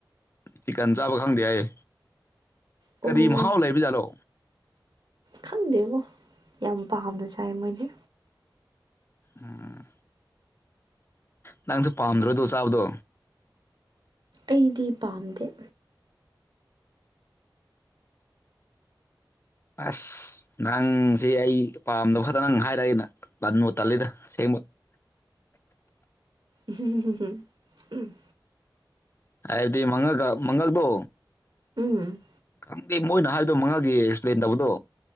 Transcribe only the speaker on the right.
ꯑꯣ
ꯈꯪꯗꯦꯕꯣ ꯌꯥꯝ ꯄꯥꯝꯅ ꯆꯥꯏ ꯃꯣꯏꯗꯤ
ꯑꯩꯗꯤ ꯄꯥꯝꯗꯦ
ꯎꯨꯝ ꯎꯝ
ꯎꯝ